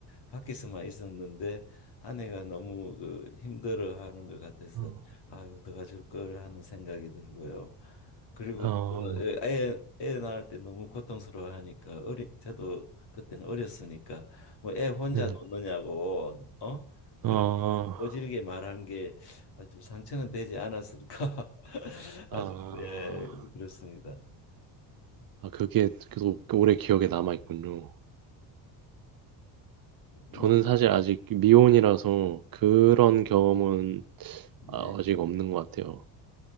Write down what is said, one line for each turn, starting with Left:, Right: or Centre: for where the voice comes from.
Left: 밖에서만 있었는데 아내가 너무 그 힘들어하는 것 같아서
Right: 음,
Left: 아이고 들어가줄 걸 하는 생각이 들고요. 그리고
Right: 아,
Left: 예, 애, 애 낳을 때 너무 고통스러워하니까 어리 저도 그때는 어렸으니까 뭐 애 혼자
Right: 네, 네.
Left: 놓느냐고 어 그렇게
Right: 아,
Left: 아주 모질게 말한 게 아주 상처는 되지 않았을까 <laughs> 아주
Right: 아,
Left: 예 그렇습니다
Right: 아, 그게 계속 오래 기억에 남아 있군요.
Left: 예뭐아
Right: 저는 사실 아직 미혼이라서 그런 경험은
Left: 네.
Right: 아, 아직 없는 것 같아요.